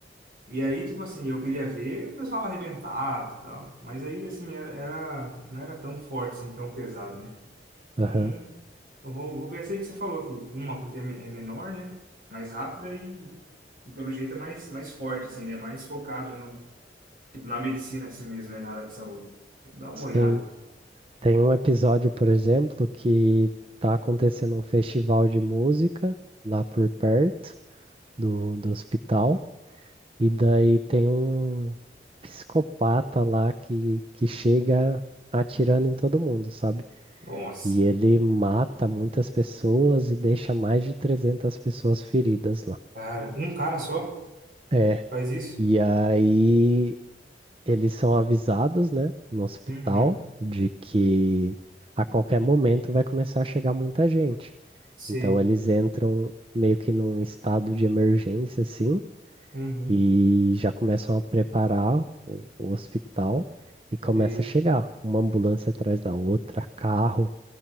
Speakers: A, on the right (about 50°); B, on the right (about 30°).
A: E aí, tipo assim, eu queria ver o pessoal arrebentado e tal. Mas aí, assim, era, era, não era tão forte, assim, tão pesado, né? Então,
B: aham.
A: eu vou, vou ver essa aí que você falou aqui. Uma, porque é, me- é menor, né? Mais rápida e, e, pelo jeito, é mais, mais forte, assim, né? Mais focado no, tipo, na medicina, assim mesmo, né? Na área de saúde. Dá uma
B: Sim.
A: olhada.
B: Tem um episódio, por exemplo, que tá acontecendo um festival de música lá por perto. do, do hospital. E daí tem um psicopata lá que, que chega atirando em todo mundo, sabe?
A: Nossa.
B: E ele mata muitas pessoas e deixa mais de 300 pessoas feridas lá.
A: Cara, um cara só
B: É.
A: faz isso?
B: E aí eles são avisados, né, no hospital,
A: Uhum.
B: de que a qualquer momento vai começar a chegar muita gente.
A: Sei.
B: Então eles entram meio que num estado de emergência, assim,
A: Uhum.
B: E já começam a preparar o, o hospital e começa
A: Sei.
B: a chegar uma ambulância atrás da outra, carro,